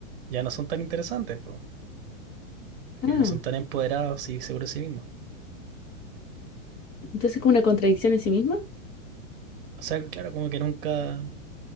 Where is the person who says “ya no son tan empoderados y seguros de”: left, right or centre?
Right